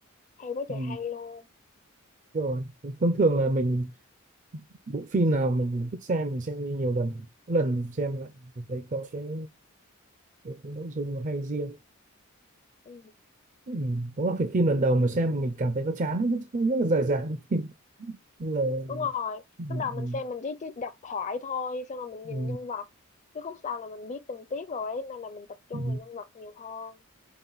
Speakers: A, on the left; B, on the right.
A: hay quá
B: Ừ.
A: trời hay luôn
B: rồi thông thường là mình bộ phim nào mình thích xem mình xem đi nhiều lần mỗi lần xem lại mình thấy có cái, cái, cái nội dung nó hay riêng
A: ừ.
B: ừ. có là phải phim lần đầu mà xem mình cảm thấy nó chán nó rất nó rất là dài dẳng <laughs> như là
A: đúng rồi
B: ừ.
A: lúc đầu
B: Ừ.
A: mình xem mình chỉ, chỉ đọc thoại thôi xong rồi mình nhìn
B: Ừ.
A: nhân vật chứ khúc sau là mình biết tình tiết rồi ấy, nên là mình tập trung
B: Ừ.
A: vào nhân vật nhiều hơn